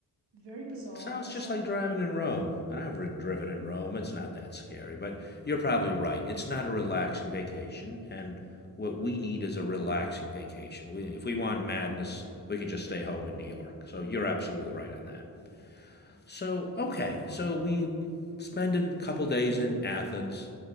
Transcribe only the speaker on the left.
Sounds
just like driving in Rome. And I've driven in Rome. It's not that scary, but you're probably right. It's not a relaxing vacation. And what we need is a relaxing vacation. We, if we want madness, we can just stay home in New York. So you're absolutely right on that. So, okay. So we spent a couple days in Athens.